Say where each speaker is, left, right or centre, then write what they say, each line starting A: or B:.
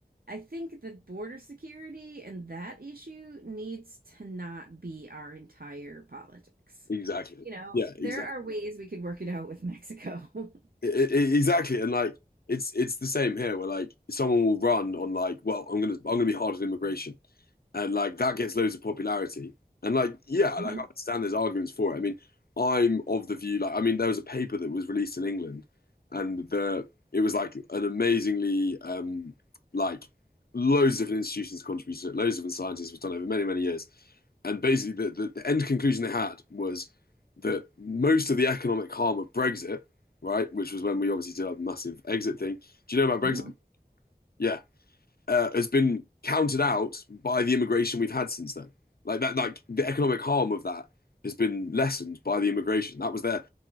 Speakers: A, on the right; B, on the left.
A: I think that border security and that issue needs to not be our entire politics.
B: exactly.
A: You know,
B: Yeah, exactly.
A: there are ways we could work it out with Mexico. <laughs>
B: I- I- exactly, and like it's it's the same here, where like someone will run on like, well, I'm gonna I'm gonna be hard on immigration, and like that gets loads of popularity, and like yeah, like
A: Mhm,
B: I understand there's arguments for it. I mean, I'm of the view like I mean, there was a paper that was released in England, and the it was like an amazingly um like loads of different institutions contributed, to it, loads of different scientists was done over many many years, and basically the, the the end conclusion they had was that most of the economic harm of Brexit right? Which was when we obviously did our massive exit thing. Do you know about
A: mhm.
B: Brexit? Yeah, uh, has been counted out by the immigration we've had since then. Like that, like the economic harm of that has been lessened by the immigration. That was their